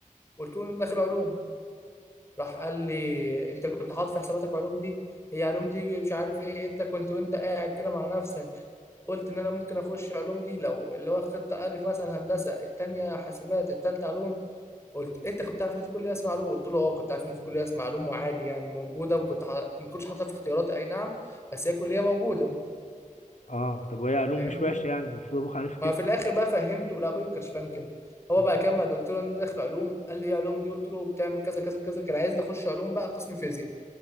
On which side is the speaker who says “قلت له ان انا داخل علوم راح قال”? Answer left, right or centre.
Left